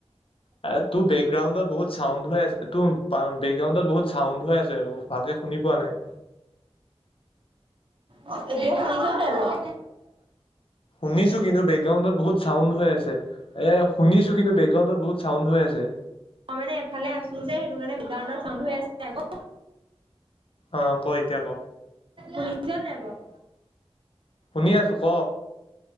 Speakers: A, on the left; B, on the right.
A: এ তোৰ বেকগ্ৰাউণ্ডত বহুত চাউড হৈ আছে তোৰ বেকগ্ৰাউণ্ডত বহুত চাউণ্ড হৈ আছে ভালকে শুনি পোৱা নাই।
B: অ এতিয়া শুনিছেনে নাই বাউ।
A: শুনিছো কিন্তু বেকগ্ৰাউণ্ডত বহুত চাউণ্ড হৈ আছে এ শুনিছো? কিন্তু বেকগ্ৰাউডত বহুত চাউড হৈ আছে।
B: মই মানে এফালে আছো যে সেইটো কাৰণে বিগাউণ্ড চাউণ্ড হৈ আছে আকৌ।
A: অ ক এতিয়া ক
B: অ আুনিজন নাই বাৰ।
A: শুনি আছো ক।